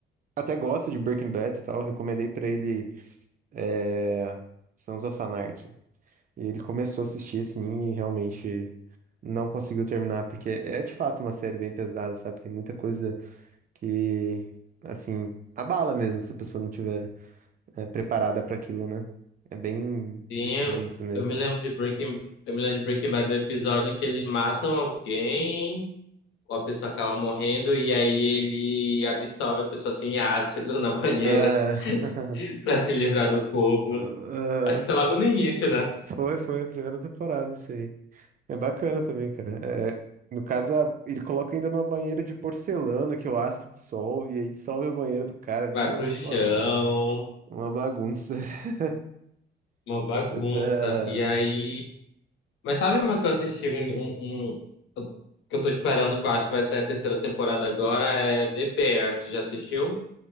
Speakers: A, on the right; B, on the left.
A: até gosta de Breaking Bad e tal. Eu recomendei pra ele é... Sons of Anarchy. E ele começou a assistir assim e realmente não conseguiu terminar, porque é de fato uma série bem pesada, sabe? Tem muita coisa que, assim, abala mesmo se a pessoa não tiver. é, preparada para aquilo, né? É bem
B: Tinha,
A: violento mesmo.
B: eu me lembro de Breaking, eu me lembro de Breaking Bad do episódio que eles matam alguém, ou a pessoa acaba morrendo, e aí ele absorve a pessoa assim em ácido na banheira
A: É... <laughs>
B: <laughs> pra se livrar do corpo.
A: Ah,
B: Acho que isso é logo no início, né?
A: Foi, foi, a primeira temporada, isso aí. É bacana também, cara. É, no caso, a- ele coloca ainda numa banheira de porcelana que o ácido dissolve, e aí dissolve a banheira do cara, vira
B: Vai
A: um,
B: pro chão,
A: nossa, uma bagunça. <laughs>
B: uma bagunça.
A: Mas, é,
B: E aí. Mas sabe uma que eu assisti um, um- um- que eu tô esperando, que eu acho que vai sair a terceira temporada agora, é The Bear. Tu já assistiu?